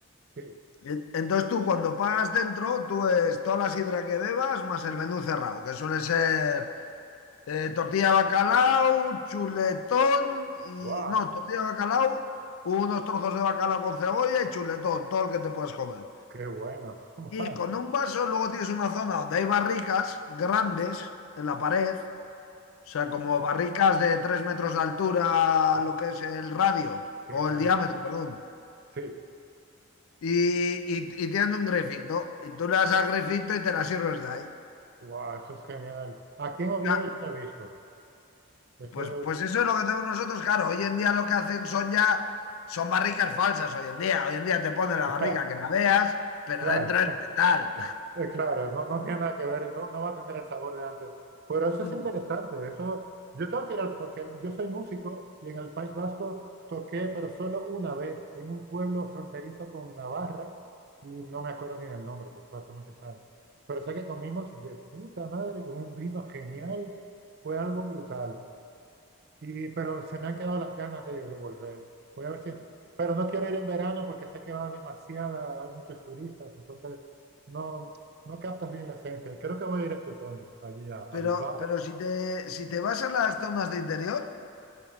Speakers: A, on the right; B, on the left.
A: sí,
B: en- Entonces tú cuando pagas dentro, tú es toda la sidra que bebas más el menú cerrado, que suele ser eh, tortilla de bacalao, chuletón y...
A: wow,
B: No, tortilla de bacalao, unos trozos de bacalao con cebolla y chuletón, todo el que te puedas comer.
A: qué bueno, <laughs> man,
B: Y con un vaso luego tienes una zona donde hay barricas grandes en la pared, o sea,
A: hostia,
B: como barricas de 3 metros de altura,
A: ah,
B: lo que es el radio,
A: qué
B: o
A: caña.
B: el diámetro, perdón.
A: Sí,
B: y, y, y tienen un grefito, y tú le das al grefito y te la sirves de ahí.
A: Wow, eso es genial. Aquí en Oviedo
B: Ya,
A: yo no he visto. Eso,
B: pues, pues eso es lo que tenemos nosotros, claro. Hoy en día lo que hacen son ya, son barricas falsas hoy en día. Hoy en día te ponen la
A: ya,
B: barrica que la veas, pero
A: claro,
B: dentro es metal.
A: <laughs> eh, claro, no, no tiene nada que ver, no, no va a tener el sabor de antes. Pero eso
B: <laughs>
A: es interesante, eso, yo tengo que ir al, porque yo soy músico y en el País Vasco toqué, pero solo una vez, en un pueblo fronterizo con Navarra, y no me acuerdo ni del nombre, porque fue hace muchos años. Pero sé que comimos de puta madre con un vino genial, fue algo brutal. Y, pero se me han quedado las ganas de, de volver. Voy a ver si... Pero no quiero ir en verano porque sé que va demasiada, hay muchos turistas, entonces no, no captas bien la esencia. Creo que voy a ir este otoño, allí a, a
B: Pero,
A: Bilbao.
B: pero si te, si te vas a las zonas de interior,